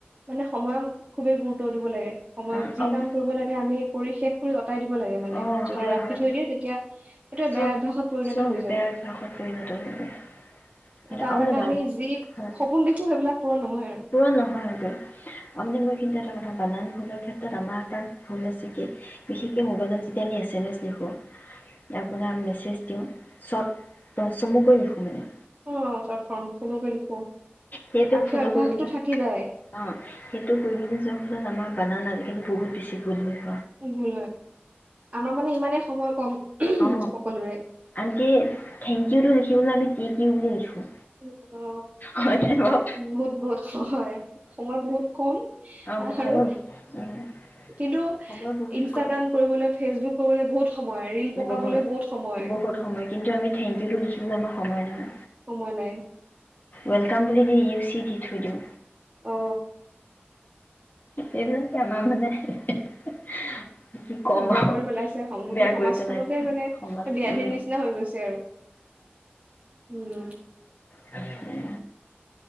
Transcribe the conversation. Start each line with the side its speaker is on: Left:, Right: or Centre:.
Right: মানে সময়ক খুবেই গুৰুত্ব দিব লাগে। সময়ত
Left: অ'
Right: যি কাম কৰিব লাগে আমি কৰি শেষ কৰোঁ আ কাই দিব লাগে মানে
Left: অ'
Right: যদি
Left: হয়
Right: ৰাখি
Left: হয়
Right: থৈ দিয়ে তেতিয়া এইটো
Left: চব
Right: বেয়া অভ্যাসত পৰিণত
Left: চোন
Right: হৈ যায়
Left: বেয়া অভ্যাসত পৰিণত হৈ যায়। সেইটো
Right: আৰু তাৰ কাৰণে
Left: মানে বান
Right: আমি যি
Left: হয়,
Right: সপোন দেখো সেইবিলাক পূৰণ নহয় আৰু
Left: পূৰণ নহয় সেইটো। অ মানে মই এইখিনিতে এটা কথা বানান ভুলৰ ক্ষেত্ৰত আমাৰ এটা ভুল আছে কি, বিশেষকৈ মোবাইলত যেতিয়া আমি এছ এম এছ লিখোঁ, আপোনাৰ মেছেজ দিওঁ চৰ্ট চমুকৈ লিখোঁ মানে।
Right: অ চৰ্ট ৰ্ফম, চমুকৈ লিখো।
Left: সেইটো
Right: আৰু সেই
Left: ফল'
Right: অভ্যাসটো
Left: কৰিবলৈ,
Right: থাকি যায়
Left: অ সেইটো কৰিবলৈ যোৱাৰ ফলত আমাৰ বানানা আজি সেইকাৰণে বহুত বেছি ভুল হয়
Right: ভুল হয়। আমাৰ মানে ইমানেই সময় কম
Left: অ,
Right: সকলোৰে
Left: আনকি থেংক ইউটো লিখি লিখিবলৈ আমি টি কিউ বুলি লিখোঁ।
Right: উম অ।
Left: হয়নে বাৰু
Right: বহুত বহুত হয়, সময় বহুত কম
Left: অঁ
Right: আৰু
Left: সময় উম,
Right: কিন্তু
Left: সময় বহুত
Right: ইনষ্টাগ্ৰাম
Left: কম
Right: কৰিবলৈ ফেচবুক কব গলে বহুত সময় ৰিল পকাবলৈ
Left: বহুত,
Right: সময়
Left: বহুত সময়। কিন্তু আমি থেংক ইউটো লিখিবলৈ আমাক সময় নাই।
Right: সময় নাই
Left: ৱেলকাম বুলি দি চি দি থৈ দিও
Right: অ
Left: এইবিলাকে আমাৰ মানে <unintelligible> কি ক'ম
Right: বেয়া
Left: আৰু
Right: কৰি পেলাইছে গোটেই
Left: বেয়া
Right: সমাজখনতে
Left: কৰি পেলাইছে
Right: মানে
Left: সমাজ
Right: ব্যয়াধিৰ
Left: উম
Right: নিচিনা হৈ গৈছে আৰু উম
Left: হৰি